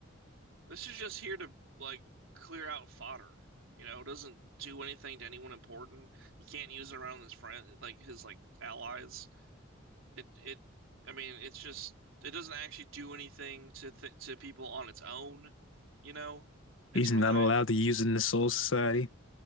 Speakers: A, on the right; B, on the left.
A: This is just here to like clear out fodder. You know, it doesn't do anything to anyone important. You can't use it around his friend, like his like allies. It it, I mean, it's just it doesn't actually do anything to th to people on its own. You know, it's
B: He's
A: reliant.
B: not allowed to use it in the Soul Society.